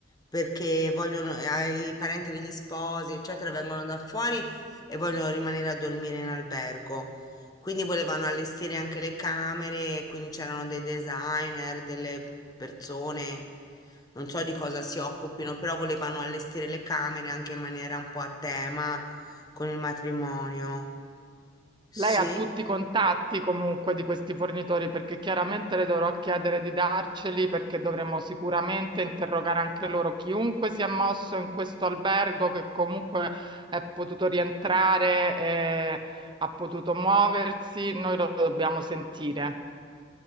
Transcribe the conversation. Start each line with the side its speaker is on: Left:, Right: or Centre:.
Left: perché vogliono, eh, i parenti degli sposi, eccetera, vengono da fuori e vogliono rimanere a dormire in albergo. Quindi volevano allestire anche le camere, e quindi c'erano dei designer, delle persone, non so di cosa si occupino, però volevano allestire le camere anche in maniera un po' a tema con il matrimonio.
Right: Lei
Left: Sì.
Right: ha tutti i contatti comunque di questi fornitori perché chiaramente le dovrò chiedere di darceli perché dovremo sicuramente interrogare anche loro chiunque si è mosso in questo albergo che comunque è potuto rientrare e ha potuto muoversi, noi lo dobbiamo sentire.